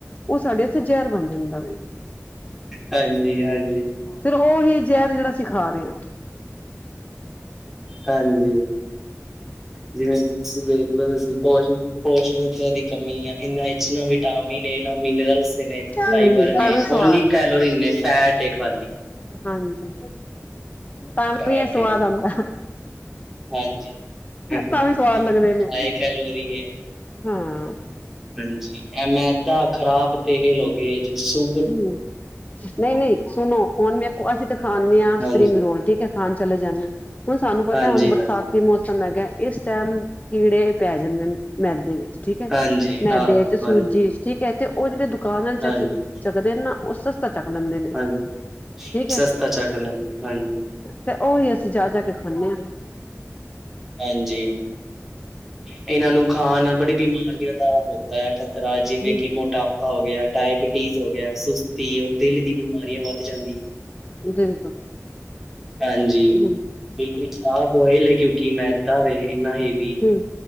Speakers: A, on the left; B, in the centre.
A: ਉਹ ਸਾਡੇ ਜ਼ਹਿਰ ਬਣ ਜਾਂਦਾ ਵੇ
B: ਹਾਂਜੀ- ਹਾਂਜੀ
A: ਫਿਰ ਉਹੀ ਜ਼ਹਿਰ ਜਿਹੜਾ ਅਸੀਂ ਖਾ ਰਹੇ ਹਾਂ
B: ਹਾਂਜੀ ਜਿਵੇਂ ਵੇਖਲੋ ਤੁਸੀਂ ਪਸ਼ ਪੋਸ਼ਣਤਾ ਦੀ ਕਮੀ ਆ ਇਹਨਾਂ ਇ ਨਾ ਵਿਟਾਮਿਨ ਨਾ ਮਿਨਰਲਸ ਨੇ, ਫਾਈਬਰ
A: ਹਮ
B: ਨੇ
A: ਭਾਵੇਂ ਸਵਾਦ
B: ਓਨਲੀ ਕੈਲੋਰੀਨ ਨੇ ਫੈਟ ਖਾਲੀ
A: ਹਾਂਜੀ, ਤਾਈ
B: ਫੈਟ
A: ਵੀ ਸਵਾਦ
B: ਏ
A: ਆਉਂਦਾ
B: ਹਾਂਜੀ ਹਾਏ
A: ਤਾਂ ਵੀ ਸਵਾਦ ਲੱਗਦੇ ਨੇ
B: ਕੈਲੋਰੀ
A: ਹਾਂ
B: ਹਾਂਜੀ, ਐ ਮੈਦਾ, ਖ਼ਰਾਬ ਤੇਲ ਹੋ ਗਏ ਜਸੂ
A: ਹਮ ਨਹੀਂ -ਨਹੀਂ ਸੁਣੋ ਹੁਣ ਵੇਖੋ ਅਸੀਂ ਤਾਂ ਖਾਂਦੇ ਹਾਂ ਸਪਰਿੰਗ
B: ਹਾਂਜੀ,
A: ਰੋਲ ਠੀਕ ਹੈ ਖਾਣ ਚਲੇ ਜਾਂਦੇ ਹਾਂ ਹੁਣ ਸਾਨੂੰ ਪਤਾ
B: ਹਾਂਜੀ,
A: ਹੁਣ ਬਰਸਾਤ
B: ਹਾਂਜੀ,
A: ਤੇ ਮੌਸਮ ਹੈਗਾ ਇਸ ਟਾਈਮ ਕੀੜੇ ਪੈ ਜਾਂਦੇ ਨੇ ਮੈਦੇ ਵਿੱਚ। ਠੀਕ ਹੈ
B: ਹਾਂਜੀ
A: ਮੈਦੇ
B: ਆਹੋ
A: ਚ
B: ਹਾਂਜੀ,
A: ਸੂਜੀ ਚ ਠੀਕ ਹੈ ਤੇ ਉਹ ਜਿਹੜੇ ਦੁਕਾਨ ਨੇ ਚ
B: ਹਾਂਜੀ,
A: ਚੱਕਦੇ ਨਾ ਉਹ ਸਸਤਾ ਚੱਕ ਲੈਂਦੇ ਨੇ
B: ਹਾਂਜੀ
A: ਠੀਕ ਹੈ।
B: ਸਸਤਾ ਚੱਕ ਲੈਂਦੇ ਹਾਂਜੀ,
A: ਤੇ ਉਹੀ ਅਸੀਂ ਜਾ ਜਾ ਕੇ ਖਾਂਦੇ ਹਾਂ।
B: ਹਾਂਜੀ ਇਹਨਾਂ ਨੂੰ ਖਾਣ ਨਾਲ ਬੜੀ ਬਿਮਾਰੀਆਂ ਦਾ ਹੁੰਦਾ ਆ ਤਰ੍ਹਾਂ ਜਿਵੇਂ
A: ਹਮ
B: ਕਿ ਮੋਟਾਪਾ ਹੋ ਗਿਆ, ਡਾਇਬਿਟੀਜ਼ ਹੋ ਗਿਆ, ਸੁਸ ਧੀ ਔਰ ਦਿਲ ਦੀ ਬਿਮਾਰੀਆਂ ਵੱਧ ਜਾਂਦੀਆਂ।
A: ਬਿਲਕੁਲ
B: ਹਾਂਜੀ,
A: ਬਿਲਕੁਲ
B: ਬਿਲਕੁਲ ਖਰਾਬ ਹੋਏ ਲੇ ਲੇਕਿਨ ਵ ਇੰਨਾ ਹੀ
A: ਹਮ